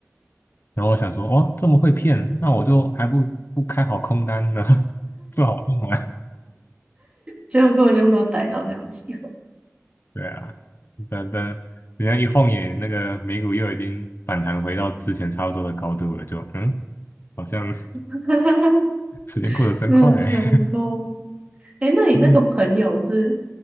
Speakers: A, on the left; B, on the right.
A: 然后我想说，哦，这么会骗，那我就还不不开好空单呢，<laughs> 做好空单。
B: 结果根本就没有逮到这样的机会，
A: 对啊，等等，人家一晃眼，那个美股又已经反弹回到之前差不多的高度了，就嗯，好像
B: <laughs>
A: <laughs> 时间过得真快。
B: 没有成功。哎，那你那个朋友是
A: <laughs>